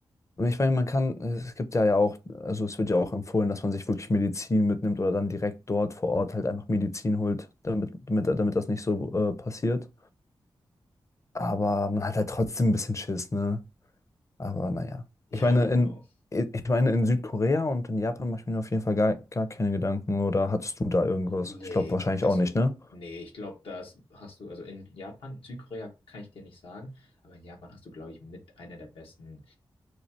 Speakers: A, on the left; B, on the left.
A: Und Ich meine, man kann, es gibt ja ja auch, also es wird ja auch empfohlen, dass man sich wirklich Medizin mitnimmt oder dann direkt dort vor Ort halt einfach Medizin holt, damit, damit, damit das nicht so äh, passiert. Aber man hat halt trotzdem ein bisschen Schiss, ne? Aber naja.
B: ja,
A: Ich meine,
B: genau.
A: in, ich meine, in Südkorea und in Japan mache ich mir auf jeden Fall gar, gar keine Gedanken. Oder hattest du da irgendwas?
B: Nee,
A: Ich glaube wahrscheinlich
B: also,
A: auch nicht, ne?
B: nee, ich glaube, das hast du, also in Japan, in Südkorea kann ich dir nicht sagen, aber in Japan hast du, glaube ich, mit einer der besten